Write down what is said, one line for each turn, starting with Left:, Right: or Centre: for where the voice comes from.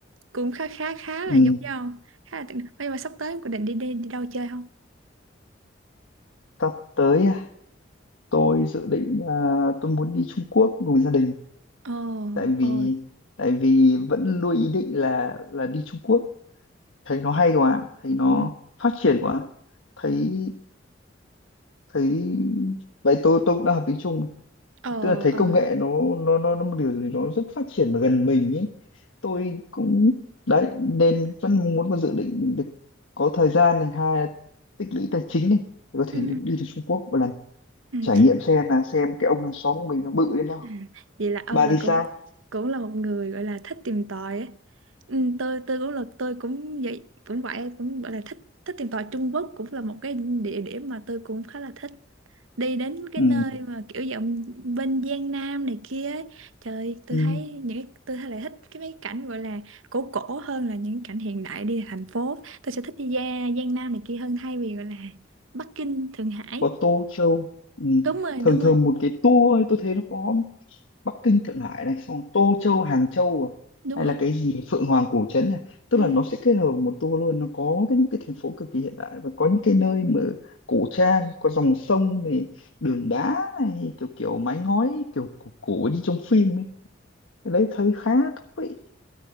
Right: cũng khá khá khá
Left: ừ.
Right: là giống nhau khá là tương- Ơ, nhưng mà sắp tới em có định đi đi đi đâu chơi không
Left: sắp tới à, tôi dự định à, tôi muốn đi Trung Quốc cùng gia đình
Right: ồ
Left: tại vì
Right: ồ
Left: tại vì vẫn luôn ý định là là đi Trung Quốc thấy nó hay quá thấy nó
Right: ừ
Left: phát triển quá thấy thấy vậy tôi tôi cũng đang học tiếng Trung
Right: ờ
Left: tức là thấy
Right: ờ
Left: công nghệ nó nó nó nó một điều gì đó rất phát triển và gần mình ý tôi cũng đấy nên vẫn muốn có dự định được có thời gian này hai là tích lũy tài chính này để có thể
Right: ừ
Left: được đi đến Trung Quốc một lần
Right: ừ
Left: trải nghiệm xem là xem cái ông hàng xóm của mình nó bự đến đâu
Right: ừ. vậy là Âu
Left: bà
Right: là
Left: thì sao
Right: cô cũng là một người gọi là thích tìm tòi ấy ừ, tôi tôi cũng là tôi cũng vậy cũng vậy cũng gọi là thích thích tìm tòi Trung Quốc cũng là một cái địa điểm mà tôi cũng khá là thích đi đến cái
Left: ừ,
Right: nơi mà kiểu giọng bên Giang Nam này kia ấy. Trời tôi
Left: ừ.
Right: thấy những cái tôi thấy lại thích cái mấy cảnh gọi là cổ cổ hơn là những cảnh hiện đại đi thành phố tôi sẽ thích đi ra Giang Nam này kia hơn thay vì gọi là Bắc Kinh Thượng Hải
Left: có Tô Châu ừ.
Right: đúng rồi
Left: thường
Right: đúng rồi
Left: thường một cái tour ấy, tôi thấy nó có Bắc Kinh Thượng Hải này xong Tô Châu Hàng Châu à,
Right: đúng
Left: hay là
Right: rồi
Left: cái gì Phượng Hoàng Cổ Trấn này, tức
Right: ừ,
Left: là nó sẽ kết hợp một tour luôn nó có cái những cái thành phố cực kỳ hiện đại và có những cái nơi mà cổ trang có dòng sông này đường đá này kiểu kiểu mái ngói kiểu cổ, cổ như trong phim ấy Cái đấy thấy khá thú vị